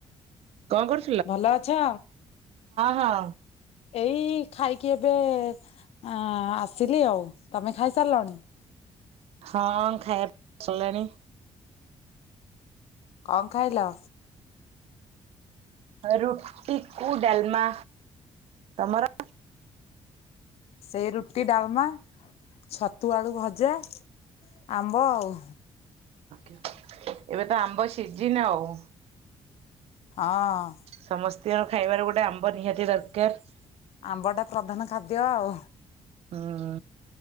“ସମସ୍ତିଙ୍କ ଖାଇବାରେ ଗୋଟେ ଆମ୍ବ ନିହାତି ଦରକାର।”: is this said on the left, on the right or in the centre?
Right